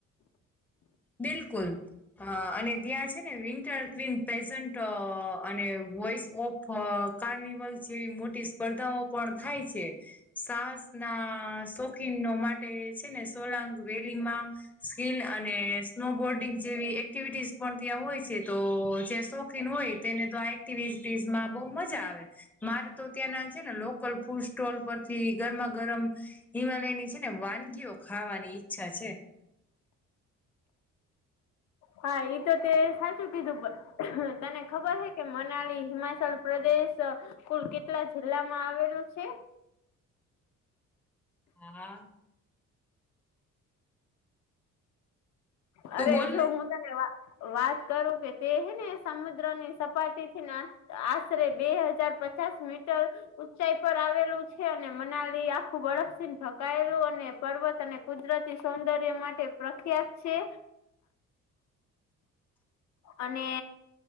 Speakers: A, in the centre; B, on the left (about 65°).
A: બિલકુલ. અ અને ત્યાં છે ને વિન્ટર ક્વીન પ્રેઝન્ટ અને વોઇસ ઓફ અ કાર્નિવલ છે એવી મોટી સ્પર્ધાઓ પણ થાય છે. સાહસ ના શોખીન માટે છે ને સોલાંગ વેલીમાં. સ્કીલ અને સ્નો બોર્ડિંગ જેવી એક્ટિવિટીસ પણ ત્યાં હોય છે તો જે શોખીન હોય તેને તો આ વીસીઝ માં બહ મજા આવે. મારે તો ત્યાંના છે ને લોકલ ફૂડ સ્ટોલ પરથી ગરમા ગરમ હિમાલયની છે ને વાનગીઓ ખાવાની ઈચ્છા છે.
B: હા એ તો તે સાચું કીધું તને ખબર હ કે મનાલી હિમાચલ પ્રદેશ કુલ કેટલા જિલ્લા માં આવેલું છે?
A: હા.
B: અરે
A: તું બોલને
B: છો વાત કરું કે તે હે ને સમુદ્રની સપાટી થી ના આશરે બે હજાર પચાસાસ મીટર. ઉઊંચાઈ પર આવેલું છે અને મનાલી આખું બરફથીને ઢકાયેલું અને પર્વત અને કુદરતી સૌંદર્ય માટે પ્રખ્યાત છે.
A: <inaudible>
B: અને